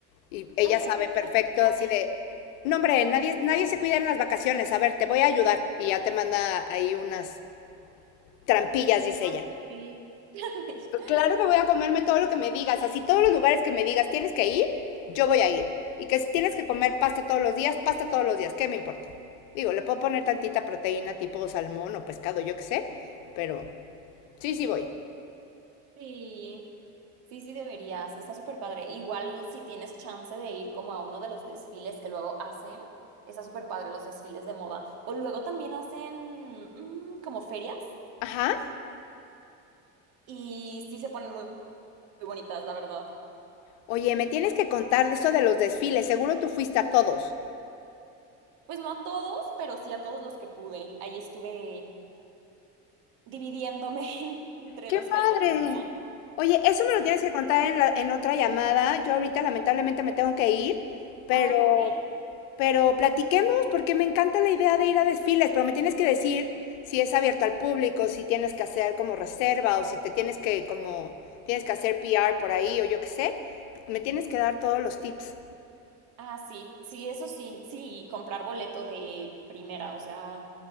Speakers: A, on the left; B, on the right.
A: Y ella
B: Ah,
A: sabe
B: perfecto.
A: perfecto, así de, no, hombre, nadie, nadie se cuida en las vacaciones. A ver, te voy a ayudar. Y ya te manda ahí unas trampillas, dice
B: Ah,
A: ella.
B: pues sí. <laughs>
A: Claro que voy a comerme todo lo que me digas, así todos los lugares que me digas tienes que ir, yo voy a ir. Y que si tienes que comer pasta todos los días, pasta todos los días, ¿qué me importa? Digo, le puedo poner tantita proteína tipo salmón o pescado, yo qué sé, pero sí, sí voy.
B: Sí, sí, sí deberías. Está súper padre. Igual si tienes chance de ir como a uno de los desfiles que luego hacen, está súper padre los desfiles de moda. O luego también hacen mm, como ferias
A: Ajá.
B: y sí se ponen muy, muy bonitas, la verdad.
A: Oye, me tienes que contar de eso de los desfiles, seguro tú fuiste a todos.
B: Pues no a todos, pero sí a todos los que pude. Ahí estuve dividiéndome <laughs> entre
A: ¡Qué
B: los
A: padre!
B: que alcancía.
A: Oye, eso me lo tienes que contar en la- en otra llamada. Yo ahorita lamentablemente me tengo que ir, pero,
B: Ay, ok.
A: pero platiquemos porque me encanta la idea de ir a desfiles, pero me tienes que decir si es abierto al público, si tienes que hacer como reserva o si te tienes que como tienes que hacer PR por ahí o yo qué sé. Me tienes que dar todos los tips.
B: Ah, sí, sí, eso sí, sí, y comprar boleto de primera, o sea,